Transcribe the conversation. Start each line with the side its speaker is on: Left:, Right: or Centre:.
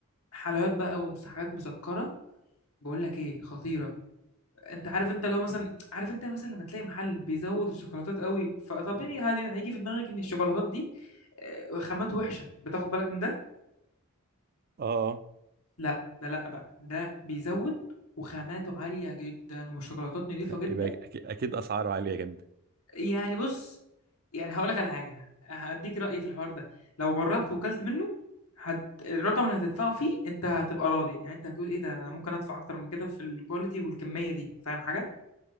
Left: حلويات بقى ومسحات مسكره بقول لك ايه خطيره انت عارف انت لو مثلا عارف انت مثلا لما تلاقي محل بيزود الشوكولاتات قوي فطبيعي هذه هيجي في دماغك ان الشوكولاتات دي آه، وخامات وحشه بتاخد بالك من ده
Right: اه
Left: لا ده لا بقى ده بيزود وخاماته عاليه جدا والشوكولاتات نضيفه
Right: اه
Left: جدا
Right: يبقى أكيد, اكيد اسعاره عاليه جدا
Left: يعني بص يعني هقول لك على حاجه هديك رايي في الحوار ده لو جربت وكلت منه هت... الرقم اللي هتدفعه فيه انت هتبقى راضي يعني انت هتقول ايه ده انا ممكن ادفع اكتر من كده في الكواليتي والكميه دي فاهم حاجه